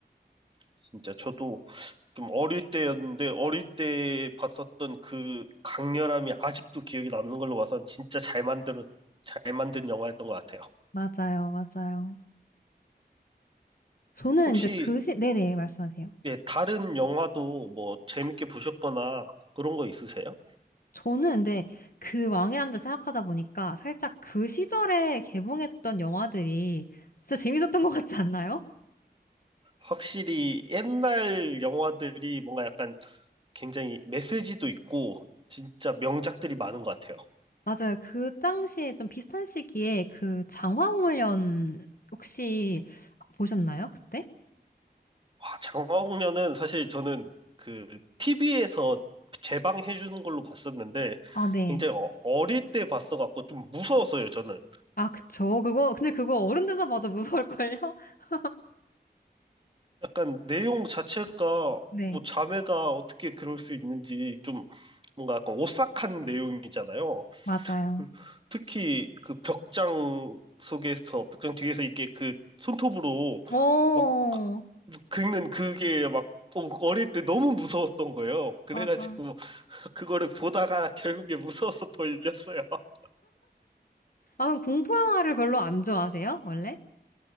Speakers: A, on the right; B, on the left.
A: 진짜 저도 좀 어릴 때였는데 어릴 때 봤었던 그 강렬함이 아직도 기억에 남는 걸로 봐선 진짜 잘 만들었 잘 만든 영화였던 것 같아요.
B: 맞아요, 맞아요. 저는
A: 혹시
B: 이제 그 시, 네네, 말씀하세요.
A: 예, 다른 영화도 뭐 재밌게 보셨거나 그런 거 있으세요?
B: 저는 근데 그 왕의 남자 생각하다 보니까 살짝 그 시절에 개봉했던 영화들이 진짜 재밌었던 것 같지 않나요?
A: 확실히 옛날 영화들이 뭔가 약간 굉장히 메시지도 있고 진짜 명작들이 많은 것 같아요.
B: 맞아요. 그 당시에 좀 비슷한 시기에 그 장화홍련 혹시 보셨나요? 그때?
A: 와, 장화홍련은 사실 저는 그 TV에서 재방해 주는 걸로 봤었는데
B: 아, 네.
A: 굉장히 어- 어릴 때 봤어갖고 좀 무서웠어요, 저는.
B: 아, 그쵸. 그거, 근데 그거 어른 돼서 봐도 무서울걸요? <laughs>
A: 약간 내용 자체가
B: 네,
A: 뭐 자매가 어떻게 그럴 수 있는지 좀 뭔가 약간 오싹한 내용이잖아요.
B: 맞아요.
A: 그- 특히 그 벽장 속에서 벽장 뒤에서 이게 그 손톱으로
B: 어.
A: 막 긁는 그게 막 어- 어릴 때 너무 무서웠던 거예요. 그래가지고
B: 맞아.
A: 그거를 보다가 결국에 무서워서 돌렸어요. <laughs>
B: 아, 그럼 공포 영화를 별로 안 좋아하세요? 원래?